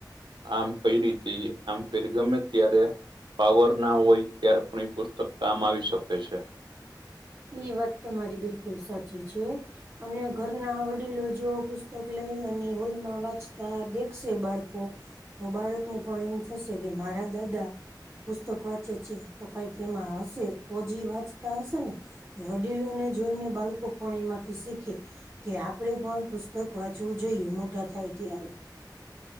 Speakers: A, on the right (about 80°); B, on the right (about 35°).
A: આમ કઈ રીતે આમ કઈ ગમે ત્યારે પાવર ના હોય ત્યાર પણ એ પુસ્તક કામ આવી શકે છે.
B: એ વાત તો મારી બિલકુલ સાચી છે. અને ઘરના વડીલો જો પુસ્તક લઈ અને હોલમાં વાંચતા દેખશે બાળકો તો બાળકને પણ એમ થશે કે મારા દાદા પુસ્તક વાંચે છે તો કઈક એમાં હશે તો જ વાંચતા હશે ને? વડીલો ને જોઈને બાળકો પણ એમાંથી શીખે. કે આપડે પણ પુસ્તક વાંચવું જોઈએ મોટા થાય ત્યારે.